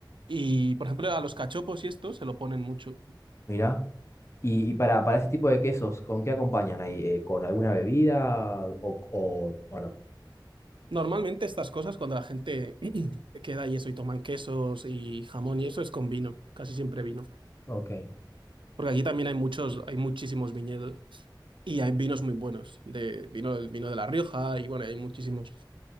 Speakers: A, on the right (about 85°); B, on the left (about 35°).
A: Y, por ejemplo, a los cachopos y esto se lo ponen mucho.
B: mira. Y, y para, para ese tipo de quesos, ¿con qué acompañan ahí? Eh, ¿con alguna bebida o, o- o no?
A: Normalmente estas cosas, cuando la gente <clears throat> queda y eso y toman quesos y jamón y eso, es con vino, casi siempre vino.
B: Ok.
A: Porque aquí también hay muchos, hay muchísimos viñedos y hay vinos muy buenos, de vino, el vino de La Rioja y bueno, hay muchísimos.